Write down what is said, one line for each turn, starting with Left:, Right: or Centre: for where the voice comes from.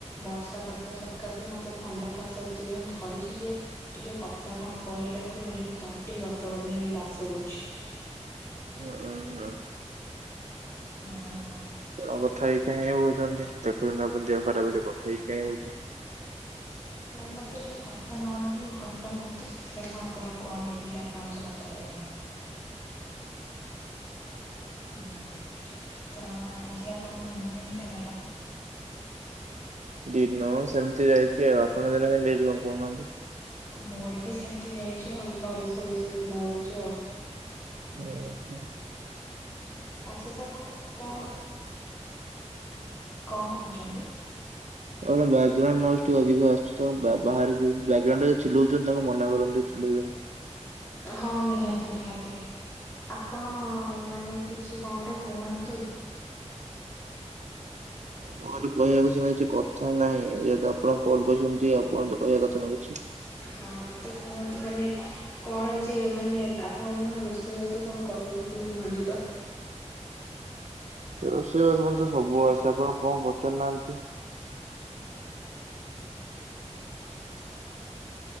Left: ବର୍ଷା ପାଗ ସକାସେ ମତେ ଥଣ୍ଡା କାଶ ଏତେ ଜୋରେ ଧରିଛି ଯେ ଟିକେ କଥା କଣ କହିଲା ବେଳକୁ ଖାଲି ମୋ ତଣ୍ଟି ଗତ ଗତ ହେଇକି କାଶ ହଉଛି।
Right: ଉଁ, ହୁଁ।
Left: ହଁ ହଁ <unintelligible>
Right: ଆପଣ କଥା ହେଇକଁ ହଉଛନ୍ତି ଦେଖୁଛନ୍ତି ଆପଣ ଦେହ ଖରାପ ହଉଛି କଥା ହେଇି ହଁ ହଉଛନ୍ତି <unintelligible>
Left: ନା ମତେ ଟିକେ କଥା ନହେଲେ ଟିକେ ଭଲ ଲାଗୁନି। ସେଥିପାଇଁ ମୁଁ ଆପଣଙ୍କୁ କଲ୍ ଲଗେଇଲି, ଆପଣଙ୍କ ସହ କଥା ହେବା ପାଇଁ। ହୁଁ, ତ ଆଜି ଆପଣଙ୍କ ଦିନ କେମିତି ଗଲା?
Right: ଦିନ ସେମିତି ଯାଇଛି ଆଉ। ଆପଣ ଦିନ କେମିତି ଯାଇଛି କଣ କହୁନାହାନ୍ତି?
Left: ମୋର ବି ସେମିତି ଯାଇଛି ଆଉ, ଘରେ ଶୋଇ ଶୋଇ ଦିନ ହେଉଛି ଆଉ।
Right: ହୁଁ।
Left: ସତ ଆପଣ ଚିତ୍ର କଣ କହୁଛନ୍ତି <inaudible>
Right: ଆପଣଙ୍କ ବ୍ୟାଗ୍ରାଉଣ୍ଡ ନଏଜ୍ ଟିକେ ଅଧିକ ଆସୁଛି। ତ ବାହାରେ ବ୍ୟାଗ୍ରାଉଣ୍ଡ ଚିଲଉଛନ୍ତି, ତାଙ୍କୁ ମନା କର ଟିକେ ଚିଲେଇବେନି?
Left: ହଁ, ନିହାତି ନିହାତି। ଆପଣ ମାନେ କିଛି କଣ ଗୋଟେ କୁହନ୍ତୁ?
Right: ମୋର କହିବାକୁ କିଛି କଥା ନାହିଁ। ଯେହେତୁ ଆପଣ କଲ୍ କରିଛନ୍ତି? ଆପଣ ତ କହିବା କଥା ନା କିଛି?
Left: ହଁ, ତ କୁହନ୍ତୁ ମାନେ କଣ ଯେ ମାନେ ଆପଣ କଣ ରୋଷେଇ ବାସ କଣ କରିବ? ଟିକେ କୁହନ୍ତୁ ତ?
Right: ରୋଷେଇବାସ ମତେ ସବୁ ଆସେ। ଆପଣ କଣ ପଚାରୁନାହାନ୍ତି?